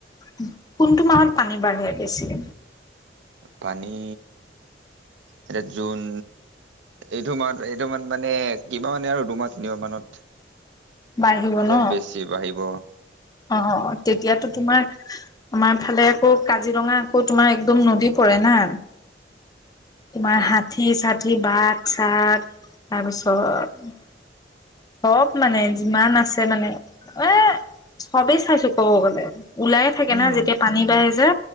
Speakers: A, on the left (about 20°); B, on the right (about 85°).
A: কোনটো মাহত পানী বাঢ়ে বেছি
B: পানী এতিয়া জোন এইটো মাহ এইটো মান মানে কিমাহ মানে আৰু দুমাহ তিনিমাহ মানত
A: বাঢ়িব
B: অলপ
A: ন
B: বেছি বাঢ়িব।
A: অ তেতিয়াতো তোমাৰ আমাৰ ফালে আকৌ কাজিৰঙা আকৌ তোমাৰ একদম নদী পৰে না তোমাৰ হাত হাতী চাঠি বাঘ চাগ তাৰপিছত চব মানে যিমান আছে মানে এ চবেই চাইছো কব গ'লে। ওলাইে থাকে
B: উম
A: না যেতিয়া পানী বাঢ়ি যে